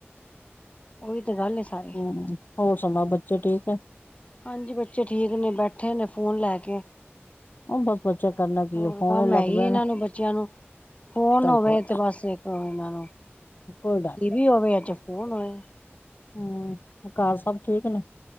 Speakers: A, on the left (about 30°); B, on the left (about 45°).
A: ਓਹੀ ਤੇ ਗੱਲ ਸਾਰੀ
B: ਹੂੰ ਹੋਰ ਸੁਣਾਉ ਬੱਚੇ ਠੀਕ ਏ।
A: ਹਾਂਜੀ ਬੱਚੇ ਠੀਕ ਨੇ ਬੈਠੇ ਨੇ ਫੋਨ ਲੈ ਕੇ
B: ਉਹ ਬਸ ਬੱਚੇ ਕਰਨਾ ਕੀ
A: ਹੋਰ
B: ਐ ਫੋਨ
A: ਕੰਮ
B: ਲੱਗ
A: ਹੈ ਹੀ
B: ਪੈਣਾ
A: ਇਹਨਾਂ ਨੂੰ ਬੱਚਿਆਂ ਨੂੰ ਫੋਨ
B: ਸਭ
A: ਹੋਵੇ
B: ਕੁਛ
A: ਇਥੇ ਬਸ ਇੱਕ ਹੋ ਇਹਨਾਂ ਨੂੰ
B: ਕੋਈ ਡਰ
A: ਟੀ ਵੀ ਹੋਵੇ ਜ ਫੋਨ ਹੋਵੇ।
B: ਹਮ ਘਰ ਸਭ ਠੀਕ ਨੇ?